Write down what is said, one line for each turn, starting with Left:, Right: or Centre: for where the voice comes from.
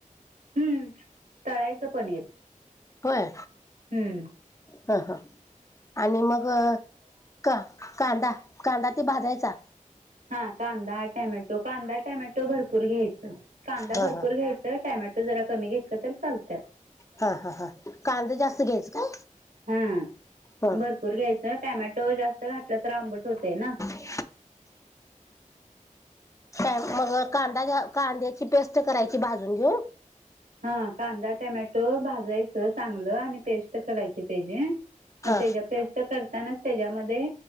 Right: हम्म, तळायचं पनीर.
Left: होय
Right: हम्म,
Left: ह ह आणि मग, क कांदा, कांदा ते भाजायचा.
Right: हा, कांदा, टॅमॅटो, कांदा टॅमॅटो भरपूर घ्यायच. कांदा
Left: हा
Right: भरपूर
Left: हा
Right: घ्यायच, टॅमेटो जरा कमी घेतलं तर चालत्यात
Left: हा हा हा कांदा जास्त घ्यायच काय?
Right: हा
Left: ह
Right: भरपूर घ्यायचं टॅमॅटो जास्त घातला तर आंबट होतय ना.
Left: <inaudible> काय मग कांदा कांद्याची पेस्ट कराय ती भाजून घेऊ
Right: ह कांदा, टोमॅटो भाजायचं चांगलं, आणि पेस्ट करायची त्याची. आणि
Left: हा
Right: त्याच्या पेस्ट करतानाच त्याच्यामध्ये